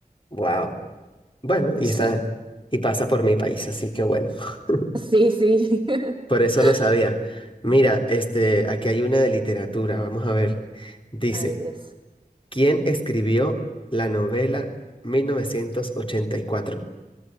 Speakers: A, on the left; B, on the right.
A: wow. Bueno, y
B: Sí,
A: está, y pasa por mi país, así que bueno. <laughs>
B: sí, sí. <laughs>
A: Por eso lo sabía. Mira, este, aquí hay una de literatura, vamos a ver. Dice,
B: Ay, Dios.
A: ¿quién escribió la novela 1984?